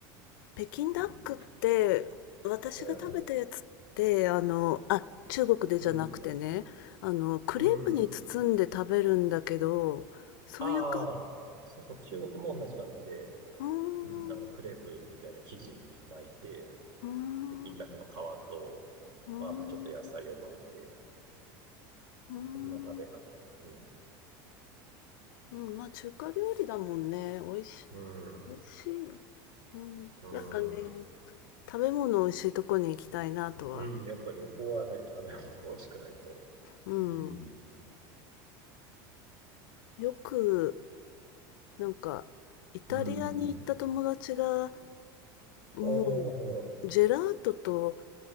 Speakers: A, on the left (about 70°); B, on the right (about 40°).
A: 北京ダックって、
B: うん
A: 私が食べたやつって、
B: ええ、
A: あの、あ、中国でじゃなくてね、
B: うん、
A: あの、クレープに包んで食べるんだけど、
B: うん。
A: そういうか、
B: ああ、そうそう、中国も同じ感じで、
A: うーん、
B: うん、あの、クレープみたいな生地に巻いて、
A: うーん、
B: 北京ダックの皮と、
A: うーん、
B: まあ、あとちょっと野菜を巻いて、
A: うーん、
B: そんな食べ方。うん、
A: うんまあ中華料理だもんね。美味しい、
B: うん、
A: 美味しい。うん、
B: うん、
A: やっぱね、食べ物美味しいとこに行きたいなとは。
B: うん、やっぱり旅行はね、食べ物が美味しくないと。
A: うん。
B: うん、
A: うんよく、なんか、イタリアに行った友達が、
B: うん。
A: もう、
B: おー、はい。
A: ジェラートと